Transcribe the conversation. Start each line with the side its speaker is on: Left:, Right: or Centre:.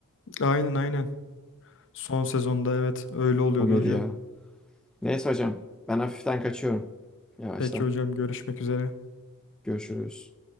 Left: Aynen aynen. Son sezonda evet öyle oluyordu
Centre: O medya.
Left: hocam.
Centre: Neyse hocam ben hafiften kaçıyorum. Yavaştan.
Left: Peki hocam görüşmek üzere.
Centre: Görüşürüz.